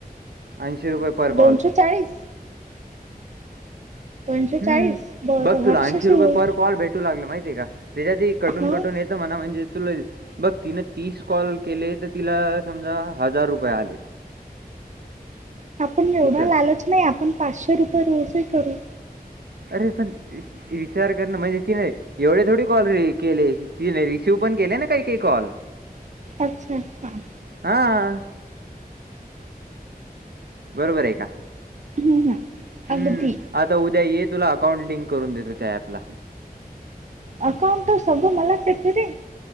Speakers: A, on the right; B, on the right.
A: ऐंशी रुपये पर
B: दोनशे
A: कॉल.
B: चाळीस दोनशे
A: हम्म
B: चाळीस. बरं
A: बघ, तुला
B: हर्षाशी
A: ऐंशी रुपये
B: बोल
A: पर कॉल भेटू लागल माहितीय का, त्याच्यातही कटून
B: हं
A: कटून येतं म्हणा, म्हणजे तुला बघ, तिन तीस कॉल केले, तर तिला समजा हजार रुपये आलेत.
B: आपण एवढा
A: विचार
B: लालचं नाही, आपण पाचशे रुपये रोजही करू
A: अरे पण, इ इचार करणं म्हणजे तिने एवढे थोडी कॉल री केले, तिने रिसीव्ह पण केले ना काही काही कॉल.
B: अच्छा! हां.
A: हा, बरोबर हाय का?
B: हम्म हम्म,
A: हं.
B: अगदी
A: आता उद्या ये, तुला अकाउंट लिंक करून देतो त्या ऍपला.
B: अकाउंट सगळं मलाचं येते रे